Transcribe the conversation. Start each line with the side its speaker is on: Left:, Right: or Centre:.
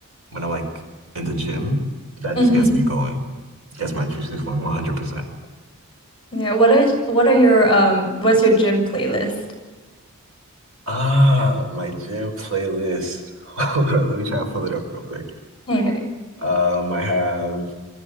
Right: when I'm like in the gym. That just
Left: hmm
Right: gets me going. Gets my juices flowing 100%.
Left: Yeah. What is what are your um what's your gym playlist?
Right: Ah, my gym playlist. <laughs> Hold on, let me try to pull it up real quick.
Left: Okay.
Right: Um, I have